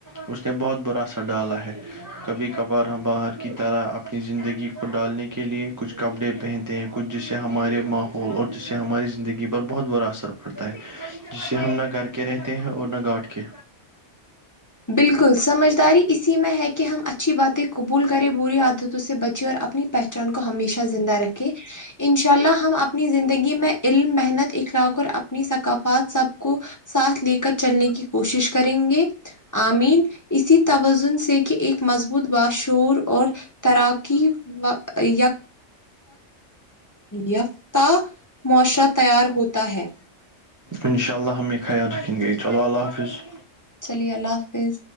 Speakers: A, on the right (about 25°); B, on the left (about 15°).
A: اس نے بہت برا اثر ڈالا ہے کبھی کبھار ہم باہر کی طرح اپنی زندگی کو ڈالنے کے لیے کچھ کپڑے پہنتے ہیں کچھ جسے ہمارے ماحول پول اور جس سے ہماری زندگی پر بہت برا اثر پڑتا ہے جس سے ہم نہ گھر کے رہتے ہیں اور نہ گاٹھ کے
B: بالکل سمجھداری اسی میں ہے کہ ہم اچھی باتیں قبول کریں بری عادتوں سے بچ اور اپنی پہچان کو ہمیشہ زندہ رکھیں ان شاء اللہ ہم اپنی زندگی میں علم محنت اخلاق اور اپنی ثقافات سب کو ساتھ لے کر چلنے کی کوشش کریں گے آمین اسی توازن سے کیا ایک مضبوط باشور اور تیراکی یک یافتہ معاشرہ تیار ہوتا ہے
A: ان شاء اللہ ہمیں خیایر رکھن گئے چلو اللہ حافظ
B: چلیے اللہ حافظ